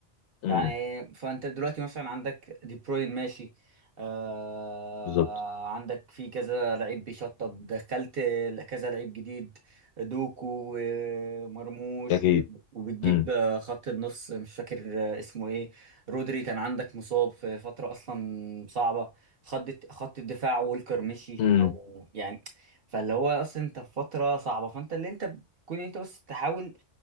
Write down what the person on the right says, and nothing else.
يعني فانت دلوقتي مثلا عندك دي بروين ماشي آه
عندك في كذا لعيب بيشطب دخلت كذا لعيب جديد دوكو ومرموش
و- وبتجيب
آه، خط النص مش فاكر آه، اسمه ايه رودري كان عندك مصاب في فترة اصلا صعبة خط خط الدفاع وولكر مشي
او يعني فاللي هو اصلا انت في فترة صعبة فانت اللي انت بتكون انت بس تحاول